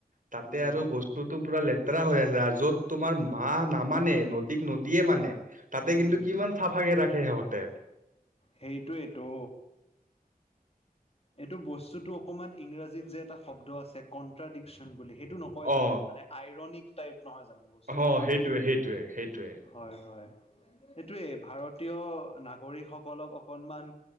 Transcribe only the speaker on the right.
তাতে
আৰু বস্তুতটো পুৰা- ৰা হৈ আছে আৰু য'ত তোমাৰ মা নামানে নদীক নদীয়ে মানে তাতে
কিন্তু কিমান চাফাকে ৰাখে সিহঁতে।
অ
অ সেইটোৱে সেইটোৱে সেইটোৱে